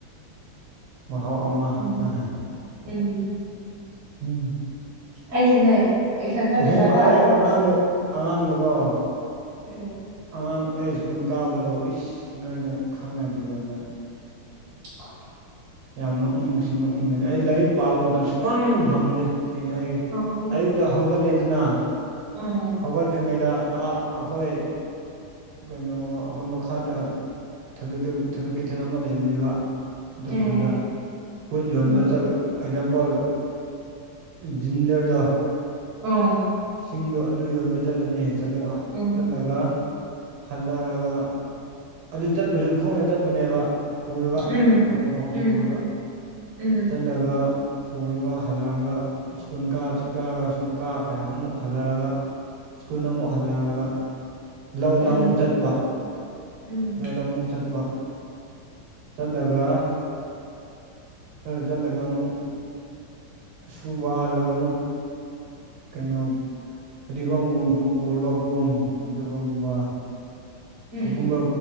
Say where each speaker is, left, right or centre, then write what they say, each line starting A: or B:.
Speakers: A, on the right; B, on the right.
A: ꯃꯍꯥꯎ ꯑꯃ
B: ꯎꯝ
A: <unintelligible>
B: ꯎꯝ
A: ꯎꯝ
B: ꯑꯩꯁꯨꯅꯦ ꯑꯦꯛꯁꯟꯗ
A: ꯑꯁꯦꯡꯕ
B: ꯄꯩꯁꯥ ꯇꯥꯜꯂꯒ
A: ꯑꯩ ꯑꯉꯥꯡꯗꯨ ꯑꯉꯥꯡꯅꯀꯣ
B: ꯎꯝ
A: ꯑꯉꯥꯡ ꯑꯩ ꯁ ꯀꯨꯟ ꯀꯥꯕꯗꯣ ꯏꯁ ꯅꯣꯏꯅ ꯈꯪꯉꯗꯤꯀꯣ ꯅ
B: ꯑꯣ
A: ꯌꯥꯝ ꯅꯣꯛꯅꯤꯡꯁꯨ ꯅꯣꯛꯅꯤꯡꯒꯅꯤ ꯑꯩ ꯂꯥꯏꯔꯤꯛ ꯄꯥꯕ ꯃꯇꯝ ꯁꯨꯛꯐꯪ ꯐꯪꯗꯦ ꯁꯦꯡꯅ ꯍꯥꯏꯒꯦ
B: ꯑꯣ
A: ꯑꯌꯨꯛꯗ ꯍꯧꯒꯠꯂꯤꯗꯅ
B: ꯎꯝ
A: ꯍꯧꯒꯠꯇ꯭ꯔꯤꯉꯩꯗ ꯑꯩꯈꯣꯏ ꯀꯩꯅꯣ ꯑꯩꯈꯣꯏ ꯃꯈꯥꯗ ꯊꯕꯤ ꯊꯕꯛ ꯀꯩꯊꯦꯜ ꯑꯃ ꯂꯩꯕꯅꯦꯕ ꯑꯗꯨ
B: ꯎꯝ
A: ꯈꯨꯟꯗ ꯄꯣꯠ ꯌꯣꯟꯕ
B: ꯎꯝ
A: ꯆꯠꯂ ꯑꯦꯛꯖꯥꯝꯄꯜ ꯖꯖꯤꯟꯖꯔꯗ
B: ꯑꯪ
A: ꯁꯤꯡꯗꯣ ꯑꯗꯨ ꯌꯣꯟꯕ ꯆꯠꯂꯅꯤ ꯆꯠꯂꯒ
B: ꯎꯝ
A: ꯍꯜꯂꯛꯑꯒ ꯑꯗꯨ ꯆꯠꯄꯁꯨ ꯈꯣꯡꯅ ꯆꯠꯄꯅꯦꯕ ꯄꯨꯔꯒ
B: ꯎꯝ
A: ꯑꯩꯈꯣꯏ ꯈꯣꯡꯅ
B: ꯎꯝ
A: ꯄꯨꯔꯒ
B: ꯎꯝ
A: ꯂꯒ ꯄꯨꯔꯒ ꯍꯜꯂꯑꯒ ꯁ꯭ꯀꯨꯜ ꯀꯥ ꯆꯆꯔꯒ ꯁ꯭ꯀꯨꯜ ꯀꯥꯈ꯭ꯔꯦ ꯑꯃꯨꯛ ꯍꯜꯂꯔꯒ ꯁ꯭ꯀꯨꯟ ꯑꯃꯨꯛ ꯍꯜꯂꯛꯑꯒ ꯂꯧꯗ
B: ꯎꯝ
A: ꯑꯃꯨꯛ ꯆꯠꯄ
B: ꯎꯝ
A: ꯂꯧꯗ ꯑꯃꯨꯛ ꯆꯠꯄ ꯆꯠꯂꯒ ꯖꯥꯂꯒ ꯑꯃꯨꯛ ꯁꯨꯕ ꯑꯥꯜꯂꯒ ꯑꯃꯨꯛ ꯀꯩꯅꯣ ꯐꯗꯤꯒꯣꯝꯒꯨꯝ ꯄꯨꯔꯕꯒꯨꯝ ꯑꯗꯨꯒꯨꯝꯕ
B: ꯎꯝ
A: ꯀꯨꯒꯨꯝꯕ